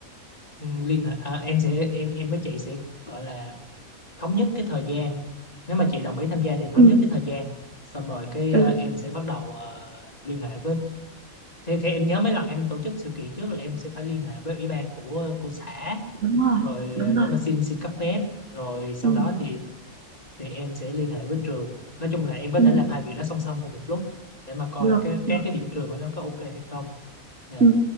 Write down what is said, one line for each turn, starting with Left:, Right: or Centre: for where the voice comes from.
Left: Ừ, liên hệ à, em sẽ em em với chị sẽ gọi là thống nhất cái thời gian nếu mà chị đồng ý tham gia thì thống
Right: ừ
Left: nhất cái thời gian xong rồi cái
Right: ừ
Left: à, em sẽ bắt đầu à, liên hệ với thế thế em nhớ mấy lần em tổ chức sự kiện trước là em sẽ phải liên hệ với ủy ban của của xã
Right: đúng rồi
Left: rồi
Right: đúng
Left: à, để
Right: rồi
Left: mà xin xin cấp phép rồi sau
Right: ừ
Left: đó thì thì em sẽ liên hệ với trường nói chung là em có
Right: ừ
Left: thể làm hai việc đó song song cùng một lúc để mà coi
Right: được
Left: cái các
Right: được
Left: cái điểm trường ở đó có ok hay không dạ
Right: ừ